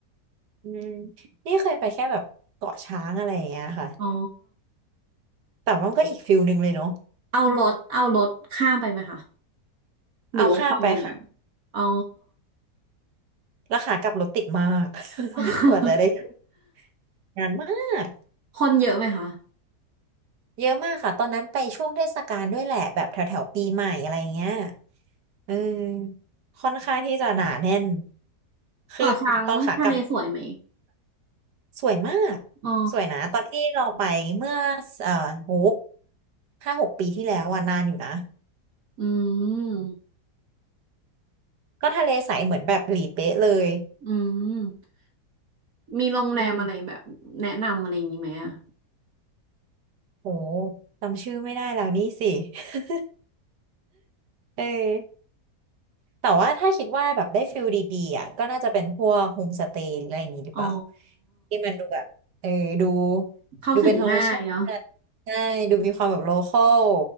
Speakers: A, on the right; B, on the right.
A: อืม นี่เคยไปแค่แบบเกาะช้างอะไรอย่างเงี้ยค่ะ
B: อ๋อ
A: แต่ว่ามันก็อีกฟิลหนึ่งเลยเนาะ
B: เอารถเอารถข้ามไปไหมคะหรือว่าไปเลยนะ
A: เอาข้ามไปค่ะ
B: อ๋อ
A: แล้วขากลับรถติดมาก <laughs>
B: <laughs>
A: กว่าจะได้ขึ้นนานมาก
B: คนเยอะไหมคะ
A: เยอะมากค่ะ ตอนนั้นไปช่วงเทศกาลด้วยแหละ แบบแถวแถวปีใหม่อะไรเงี้ยเออค่อนข้างที่จะหนาแน่น คือตอนขากลับ
B: เกาะช้างทะเลสวยไหม
A: สวยมาก
B: อ๋อ
A: สวยนะตอนที่เราไปเมื่อเอ่อโหห้าหกปีที่แล้วอะนานอยู่นะ
B: อืม
A: ก็ทะเลใสเหมือนแบบหลีเป๊ะเลย
B: อืมมีโรงแรมอะไรแบบแนะนำอะไรอย่างนี้ไหมอะ
A: อืมโหจำชื่อไม่ได้แล้วนี่สิ <laughs> เออแต่ว่าถ้าคิดว่าแบบได้ฟิลดีๆอ่ะก็น่าจะเป็นพวกโฮมสเตย์อะไรอย่างงี้หรือเปล่า
B: อ๋อ
A: ที่มันดูแบบเออดู
B: เข้าถึงง่ายเนาะ
A: ดูเป็นธรรมชาติใช่ ดูมีความแบบโลคอล